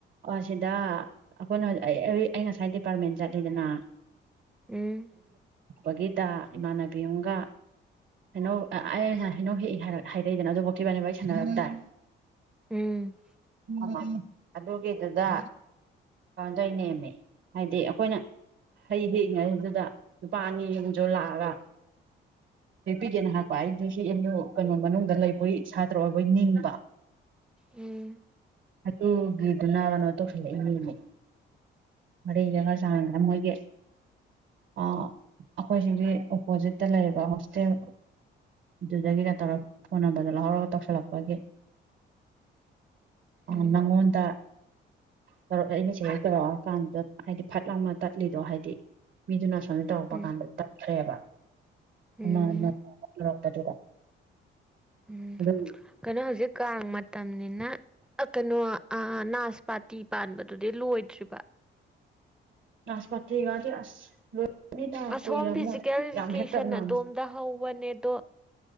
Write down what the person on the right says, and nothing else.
ꯑꯣ ꯁꯤꯗ ꯑꯩꯈꯣꯏꯅ ꯑꯩ ꯉꯁꯥꯏ ꯗꯤꯄꯥꯔꯠꯃꯦꯟ ꯆꯠꯂꯤꯗꯅ
ꯑꯗꯨꯒꯤꯗ <unintelligible> ꯏꯃꯥꯟꯅꯕꯤ ꯑꯃꯒ ꯍꯩꯅꯧ ꯑꯩ ꯉꯁꯥꯢ ꯍꯩꯅꯧ ꯍꯦꯛ ꯍꯥꯏꯔꯛꯏꯗꯅ ꯑꯗꯨꯕꯧꯇꯤ ꯢꯕꯥꯅꯤ ꯋꯥꯔꯤ ꯁꯥꯟꯅꯔꯝꯗꯥꯢ
<unintelligible> ꯑꯗꯨꯒꯤꯗꯨꯗ <unintelligible> ꯅꯦꯃꯦ ꯍꯥꯏꯗꯤ ꯑꯩꯈꯣꯏꯅ ꯍꯩ ꯍꯦꯛꯉꯩꯗꯨꯗ ꯅꯨꯨꯄꯥ ꯑꯅꯤ ꯑꯝꯁꯨ ꯂꯥꯛꯑꯒ ꯍꯦꯞꯄꯤꯇꯦꯜ ꯍꯥꯏꯄ ꯑꯩꯗꯤ ꯁꯤ ꯑꯦꯝ ꯌꯨ ꯀꯩꯅꯣ ꯃꯅꯨꯡꯗ ꯂꯩꯕꯣꯏ ꯁꯥꯇ꯭ꯔ ꯑꯣꯏꯕꯣꯏ ꯅꯤꯡꯕ
ꯑꯗꯨꯒꯤꯗꯨꯅ ꯀꯩꯅꯣ ꯇꯧꯁꯤꯜꯂꯛꯏꯅꯤꯃꯦ ꯋꯥꯔꯤꯒ ꯈꯔ ꯁꯥꯟꯅꯗꯅ ꯃꯣꯢꯒꯤ ꯑꯩꯈꯣꯏ ꯁꯤꯒꯤ ꯑꯣꯄꯣꯖꯤꯠꯇ ꯂꯩꯕ ꯍꯣꯁꯇꯦꯜ ꯑꯗꯨꯗꯒꯤꯔ ꯇꯧꯔ ꯐꯣꯟ ꯅꯝꯕꯥꯔ ꯗꯣ ꯂꯧꯍꯧꯔꯒ ꯇꯧꯁꯤꯜꯂꯛꯄꯒꯤ
ꯑꯥ ꯅꯪꯉꯣꯟꯗ ꯇꯧꯔꯛꯒꯦꯗꯤ ꯁꯤꯗꯩ ꯇꯧꯔꯛꯑꯣ ꯀꯥꯟꯗ ꯍꯥꯏꯗꯤ ꯐꯠ ꯂꯥꯎꯅ ꯇꯠꯂꯤꯗꯣ ꯍꯥꯏꯗꯤ ꯃꯤꯗꯨꯅ ꯁꯨꯃꯥꯏꯅ ꯇꯧꯔꯛꯄ
ꯀꯥꯟꯗ ꯇꯥꯠꯈ꯭ꯔꯦꯕ <unintelligible>
ꯇꯧꯔꯛꯄꯗꯨꯗ
ꯑꯗꯨ
ꯅꯥꯁꯄꯥꯇꯤꯒꯗꯤ ꯑꯁ <unintelligible>
ꯀꯨꯏꯔꯝꯃꯣꯏ
ꯌꯥꯝ ꯍꯦꯛꯇꯠꯅꯕꯅꯦ